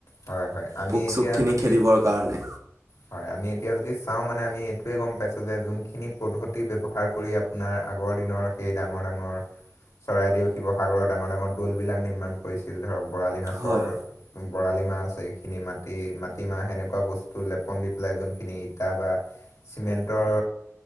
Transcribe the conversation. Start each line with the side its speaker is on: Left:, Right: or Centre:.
Left: হয়-হয় আমি
Right: পোক
Left: এতিয়া
Right: চোকখিনি
Left: যদি
Right: খেদিবৰ কাৰণে
Left: হয় আমি এতিয়া এতিয়া যদি চাওঁ মানে আমি এইটোৱে গম পাইছোঁ। যে যোনখিনি পদ্ধতি ব্যৱহাৰ কৰি আপোনাৰ আগৰ দিনৰ। এই ডাঙৰ-ডাঙৰ চৰাইদেউ, শিৱসাগৰৰ ডাঙৰ-ডাঙৰ দৌল বিলাক নিৰ্মাণ কৰিছিল ধৰক বৰালি মাছৰ।
Right: হয়
Left: মাহ আছে এইখিনি মাটি মাটিমাহ সেনকুৱা বস্তু লেপন দি পেলাই যোনখিনি ইটা বা। চিমেণ্টৰ